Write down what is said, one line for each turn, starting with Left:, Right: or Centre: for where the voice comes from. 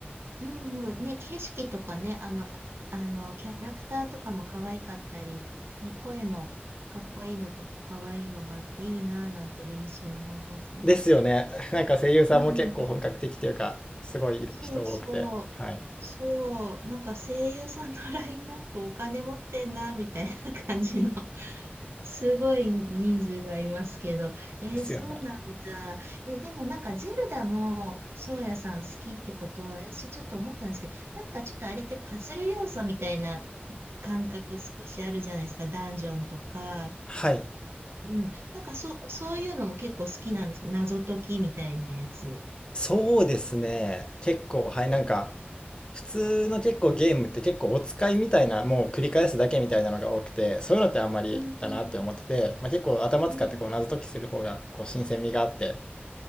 Right: うんうん。ね、景色とかね、あの、あの、キャラクターとかも可愛かったり、ね、声もかっこいいのとか可愛いのがあっていいなぁなんて原神思いますね。
Left: ですよね。<laughs> なんか声優さんも結構本格的というか、
Right: うん。
Left: すごい人多くて。
Right: そうそう。
Left: はい。
Right: そう。なんか声優さんのラインナップお金持ってんなみたいな感じの。すごい人数がいますけど、えーそうなんだ。
Left: ですよね。
Right: えーでもなんかゼルダも、そうやさん好きってことは、私ちょっと思ったんですけど、なんかちょっとあれってパズル要素みたいな感覚少しあるじゃないですか、ダンジョンとか。
Left: はい。
Right: うん、なんかそう、そういうのも結構好きなんです謎解きみたいなやつ。
Left: そうですね。結構、はい、なんか、普通の結構ゲームって結構お使いみたいな、もう繰り返すだけみたいなのが多くて、そういうのってあんまりだなって思ってて、
Right: うんうん
Left: まあ、結構頭使ってこう謎解きする方がこう新鮮味があって、
Right: うん。